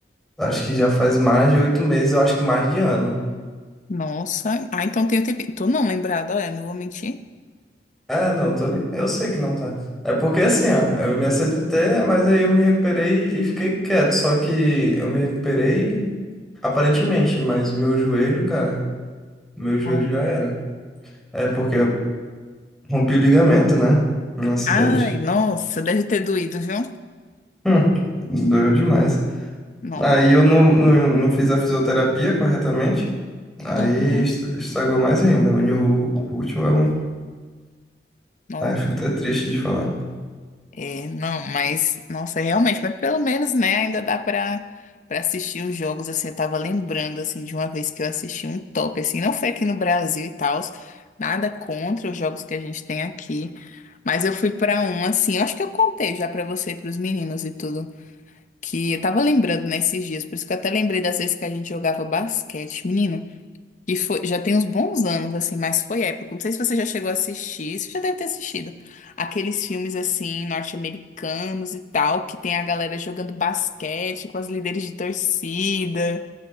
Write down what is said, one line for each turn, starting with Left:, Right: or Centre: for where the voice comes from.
Centre: acho que já faz mais de oito meses, eu acho que mais de ano.
Left: Nossa, ah, então tem um tempinho. Tô não lembrada, olha, não vou mentir.
Centre: É, não, tô, li- eu sei que não tá. É porque assim, ó, eu me acidentei, mas aí eu me recuperei e fiquei quieto. Só que eu me recuperei aparentemente, mas meu joelho, cara, meu joelho
Left: Não.
Centre: já era. É porque eu rompi o ligamento, né? No acidente.
Left: Ai, nossa, deve ter doído, viu?
Centre: Hum, doeu demais.
Left: Não.
Centre: Aí eu não, não, não fiz a fisioterapia corretamente. Aí
Left: Uhum.
Centre: est- estragou mais ainda. Uniu o útil é um.
Left: Não,
Centre: Ai, fico até triste de falar.
Left: é, não, mas, nossa, realmente, mas pelo menos, né, ainda dá pra, pra assistir os jogos, assim, eu tava lembrando, assim, de uma vez que eu assisti um top, assim, não foi aqui no Brasil e tal, nada contra os jogos que a gente tem aqui, mas eu fui pra um, assim, eu acho que eu contei já pra você e pros meninos e tudo, que eu tava lembrando nesses dias, por isso que eu até lembrei das vezes que a gente jogava basquete, menino. E foi, já tem uns bons anos, assim, mas foi épico. Não sei se você já chegou a assistir, você já deve ter assistido. Aqueles filmes, assim, norte-americanos e tal, que tem a galera jogando basquete com as líderes de torcida.